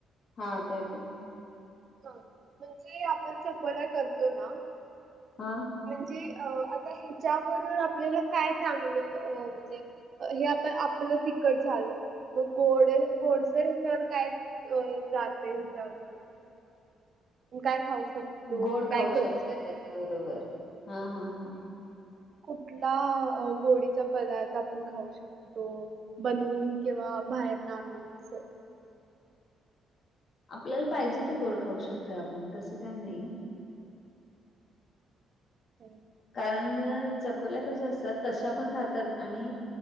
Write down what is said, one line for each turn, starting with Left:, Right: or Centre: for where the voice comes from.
Left: हा आता येतोय.
Right: हा म्हणजे आपण चकुल्या करतो ना?
Left: हा
Right: म्हणजे अ आता ह्याच्याबरोबर आपल्याला काय चांगलं अ म्हणजे? हे आपण आपलं तिकट झालं म गोड गोडसर ह्याच्यावर काय अ जाते हच्याबरोबर तू काय खाऊ शकतो
Left: गोड
Right: काय
Left: खाऊ
Right: करू
Left: शकत
Right: शकतो
Left: त्याच्याबरोबर हा हा हा
Right: कुठला गोळीचा पदार्थ आपण खाऊ शकतो बनवून किंवा बाहेर न आणणे असं
Left: आपल्याला पाहिजे ते गोड खाऊ शकतो आपण तसं काय नाही.
Right: हो
Left: कारण चकोल्या कश्या असतात तशा पण खातात आणि